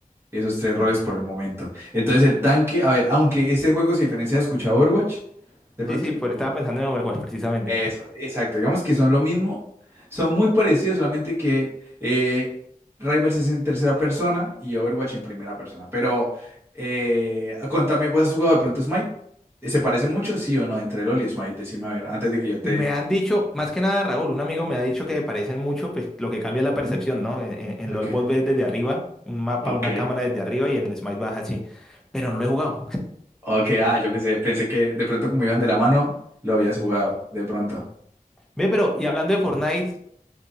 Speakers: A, on the right; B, in the centre.
A: Esos tres roles
B: Sí.
A: por el momento. Entonces el tanque, a ver, aunque este juego se diferencia de escuchado Overwatch, de
B: Sí,
A: pronto.
B: sí, pues estaba pensando en Overwatch precisamente.
A: Eso, exacto. Digamos que son lo mismo. Son muy parecidos, solamente que eh, Rivals es en tercera persona y Overwatch en primera persona. Pero eh, contame, ¿vos has jugado de pronto Smite? ¿Se parece mucho, sí o no, entre LoL y Smite? Decime, a ver, antes de que yo te...
B: Me han dicho, más que nada Raúl, un amigo me ha dicho que parecen mucho, pues lo que cambia
A: Ujú.
B: es la percepción, ¿no? En, en- en
A: Ok.
B: LoL vos ves desde arriba, un mapa,
A: Ok.
B: una cámara desde arriba y en el Smite vas así. Pero no lo he jugado.
A: Ok, ah, yo pensé, pensé que de pronto como iban de la mano, lo habías jugado, de pronto.
B: Ve, pero, y hablando de Fortnite,